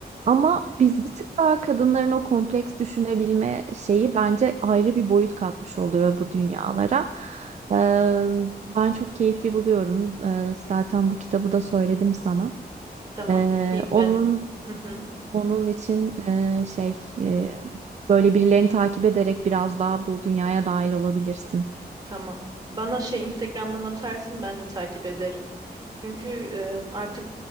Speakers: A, on the right; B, on the right.
A: Ama biz bir tık daha kadınların o kompleks düşünebilme şeyi bence ayrı bir boyut katmış oluyor bu dünyalara. Ee, ben çok keyifli buluyorum. Ee, zaten bu kitabı da söyledim sana.
B: Tamam,
A: Ee,
B: okuyayım
A: onun
B: ben. Hı hı.
A: onun için e, şey e, böyle birilerini takip ederek biraz daha bu dünyaya dahil olabilirsin.
B: Tamam. Bana şey Instagram'dan atarsın ben de takip ederim. Çünkü e, artık